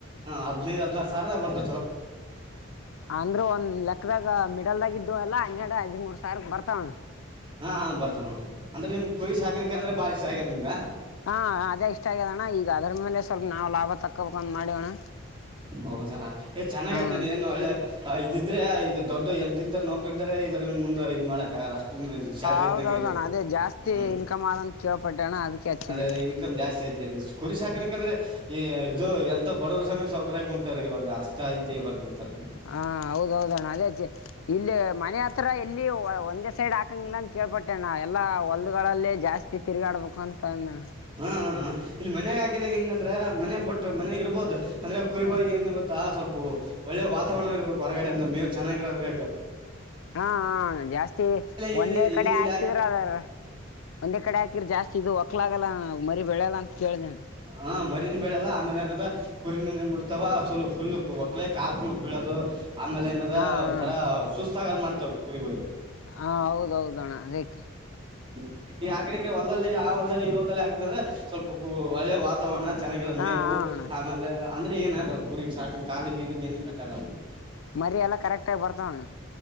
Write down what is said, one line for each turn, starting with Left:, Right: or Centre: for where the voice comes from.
Right: ಹದಿನೈದು ಹದಿನಾರು ಸಾರದ ಬರ್ತ
Left: ಅಂದ್ರೆ ಒಂದ್ ಲೆಕ್ಕದಾಗ ಮಿಡಲ್ದಾಗ ಇದ್ದವೆಲ್ಲಾ ಹನ್ನೆರಡು ಹದಿಮೂರ್ ಸಾವಿರ ಬರ್ ತ್ತ
Right: ಹಾ ಬರುತ್ತವ್ ನೋಡ್ರಿ ಅಂದ್ರೆ ನಿಮಗೆ ಕುರಿ ಸಾಕಾಣಿಕೆ ಅಂದ್ರೆ ಬಾಳ್ ಇಷ್ಟ ಆಗೈತಿ ನಿಮ್ಗ
Left: ಹಾ ಅದೇ ಅದೇ ಇಷ್ಟ ಆಗಿದೆಣ್ಣ ಈಗ ಅದ್ರ ಮೇಲೆ ಸ್ವಲ್ಪ ನಾವು ಲಾಭ ತಕ್ಕೋಬೇಕ್ ಅಂತ ಮಾಡ್ಯಾವಣ್ಣ
Right: ಹೌದಾ ಏ ಚೆನ್ನಾಗಯ್ತ್
Left: ಹ್ಮ್
Right: ನೋಡ್ ಏನ್ ಒಳ್ಳೆ ಹ ಇದಿದ್ರೆ ಇದು ದೊಡ್ಡ ಎಂತತಿಂತ ನೌಕರಿ ಇರ್ತಾರೆ ಇದ್ರ ಮುಂದ ಇದ ಮಾಡಕ್ ಆಗಲ್ಲ ಅಷ್ಟ್ ಷ್ಟ್ ಸಾಲ್ರಿ
Left: ಹೌದೌದಣ್ಣ
Right: ಇದ್ದಂಗ ಐಯ್ತಿ
Left: ಅದೇ ಜಾಸ್ತಿ
Right: ಹ್ಮ
Left: ಇನ್ಕಮ್ ಆದಂತ ಕೇಳ್ಪಟ್ಟೆ ಅಣ್ಣ ಅದಕ್ಕೆ ಹಚ್ಚಿದೆ
Right: ಅದೇ ಅದೇ ಇನ್ಕಮ್ ಜಾಸ್ತಿ ಆ ತ್ತಿ ಕುರಿ ಸಾಕಾಣಿಕೆ ಯಾಕಂದ್ರೆ ಇದು ಎಂತ ಬಡವರ ಸಮ ಸವೌಕರು ಕುಂತಾರೆ ಇವಾಗ ಅಷ್ಟು ಐತೆ ಇವಾಗ ಎಂತಾರೆ
Left: ಹಾ ಹೌದೌದಣ್ಣ ಅದೇ ಇಲ್ಲಿ ಮನೆ ಹತ್ರ ಎಲ್ಲಿ ಒಂದೇ ಸೈಡ್ ಹಾಕಂಗಿಲ್ಲ ಅಂತ ಕೇಳ್ಪಟ್ಟೆ ಅಣ್ಣ ಎಲ್ಲಾ ಹೊಲ್ದಗಳಲ್ಲೇ ಜಾಸ್ತಿ ತಿರುಗಾಡ್ಬೇಕು ಅಂತ ಅಂದಣ್ಣ
Right: ಹಾ ಹ ಇಲ್ಲಿ ಮನೆಗ್ ಹಾಕಿದಾಗ ಹೆಂಗಂದ್ರೆ ಮನೆ ಬಟ್ಟು ಮನೆಗ್ ಇರ್ಬೋದು ಅಂದ್ರೆ ಕುರಿಗಳಿಗೆ
Left: ಹಾ
Right: ಏನ್ ಗೊತ್ತಾ ಸ್ವಲ್ಪ ಒಳ್ಳೆ ವಾತಾವರಣ ಇರ್ಬೇಕು ಹೊರಗಡೆಯಿಂದ ಮೇವು ಚೆನ್ನಾಗಿರೊದ್ ಬೇಕ್
Left: ಹಾ ಹ ಜಾಸ್ತಿ
Right: ಇಲ್ಲಿ
Left: ಒಂದೇ ಕಡೆ
Right: ಇಲ್ಲಿದೆಲ್ಲ
Left: ಹಾಕಿದ್್ರ
Right: ಹಾಕಿ
Left: ಅದಾರ ಒಂದೇ ಕಡೆ ಹಾ. ಜಾಸ್ತಿ ಇದು ಹೊಕ್ಕಕ್ಲಾಗಲ್ಲ ಮರಿ ಬೆಳಲ್ಲ ಅಂತ. ಕೇಳಿದೆ
Right: ಹಾ ಮರಿೀನ್ ಬೆಳಲ್ಲ ಆಮೇಲೆ ಏನದ. ಕುರಿನ ಬಿಡ್ತಾವ ಸ್ವಲ್ ಫುಲ್ ಕು ಒಕ್ಕಳೇ ಕಾಲು ಕುಂತು ಬೀಳೋದು. ಆಮೇಲೆ ಏನದ
Left: ಹಾ
Right: ಒಂಥರಾ
Left: ಅಣ್ಣ
Right: ಸುಸ್ತ ಆಾಗ್ ಮಾಡ್ತ. ಕುಳ.
Left: ಹಾ ಹೌದೌದು ಅಣ್ಣ ಅದಕ್ಕೆ
Right: ಹ್ಮ್ ಈ ಆಕಡೆ ಈ ಕಡೆ ಹೊಲ್ದಲ್ಲಿ ಆ ಹೊಲದಲ್ಲಿ ಈ ಹೊಲ್ದಲ್ಲಿ ಆಗ್ತ ಅಂದ್ರೆ ಸ್ವಲ್ಪ ಒಳ್ಳೆ ವಾತಾವರಣ. ಚೆನ್ನಾಗಿರೋ
Left: ಹಾ
Right: ಮೇವು
Left: ಹಾ ಅಣ್ಣ
Right: ಆಮೇಲೆ ಅಂದ್ರೆ ಏನ ಆಾಗಲ್ಲ ಕುರಿಗ್ ಸಾಕ ಕಾಲಿಗೆ ಇದಗ್ ಏನ್ ಕೆಟ್ ಆಾಗಲ್ಲ.
Left: ಮರಿ ಎಲ್ಲಾ ಕರೆಕ್ಟ ಆಾಗಿಿ ಬರ್ತಾವಣ್ಣ.